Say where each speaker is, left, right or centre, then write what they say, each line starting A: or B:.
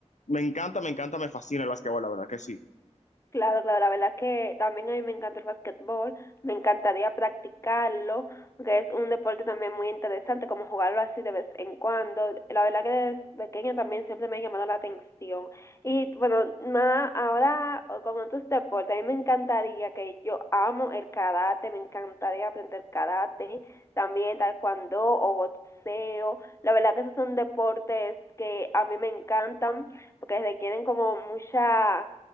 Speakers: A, on the left; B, on the left.
A: me encanta, me encanta, me fascina el básquetbol, la verdad que sí.
B: Claro, claro, la verdad que también a mí me encanta el basquetbol, me encantaría practicarlo, porque es un deporte también muy interesante, como jugarlo así de vez en cuando. La verdad que desde pequeña también siempre me ha llamado la atención. Y bueno, más ahora o con otros deportes, a mí me encantaría que yo amo el karate, me encantaría aprender karate, también taekwondo o boxeo. La verdad que esos son deportes que a mí me encantan, porque requieren como mucha